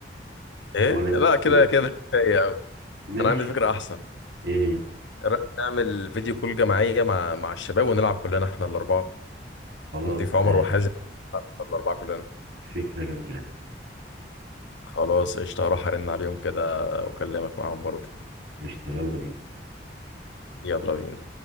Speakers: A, on the left (about 85°); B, on the right (about 80°).
A: ايه
B: ولا
A: لا كده
B: ن-
A: كده كفايه قوي
B: ماشي
A: انا عندي فكره احسن
B: ايه
A: ايه رايك نعمل فيديو كول جماعيه مع مع الشباب ونلعب كلنا احنا الاربعه
B: خلاص
A: نضيف عمر
B: آه،
A: وحازم احنا الاربعه كلنا
B: فكرة جميلة
A: خلاص قشطة هروح ارن عليهم كده واكلمك معاهم برضه
B: قشطة يلا بينا
A: يلا بينا